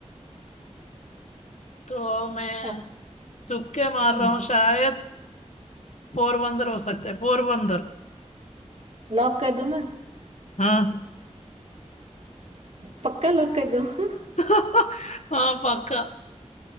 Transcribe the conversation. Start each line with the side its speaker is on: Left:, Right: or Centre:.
Left: तो मैं
Right: सा-
Left: तुक्के मार
Right: हम्म
Left: रहा हूँ शायद पोरबंदर हो सकता है पोरबंदर
Right: लॉक कर दूं मैं
Left: हाँ
Right: पक्का लॉक कर दूं <laughs>
Left: <laughs> हाँ पक्का